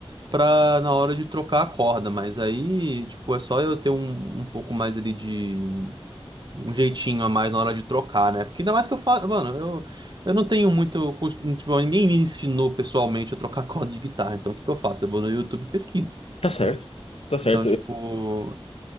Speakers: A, on the right; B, on the left.
A: pra na hora de trocar a corda, mas aí, tipo, é só eu ter um, um pouco mais ali de. Um jeitinho a mais na hora de trocar, né? Porque ainda mais que eu faço. Mano, eu, eu não tenho muito. costume- Tipo, ninguém me ensinou pessoalmente a trocar <laughs> corda de guitarra. Então, o que que eu faço? Eu vou no YouTube e pesquiso.
B: Tá certo, tá certo.
A: Então, tipo,